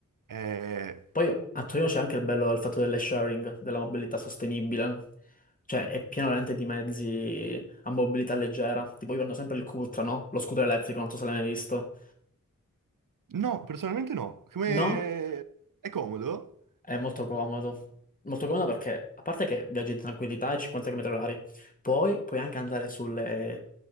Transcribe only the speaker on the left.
Poi a Torino c'è anche il bello del fatto delle sharing, della mobilità sostenibile. Cioè, è pieno veramente di mezzi a mobilità leggera. Tipo, io prendo sempre il Cutra, no? Lo scooter elettrico, non so se l'hai mai visto.
No?
È molto comodo. Molto comodo perché, a parte che viaggi in tranquillità ai 50 km orari, poi puoi anche andare sulle,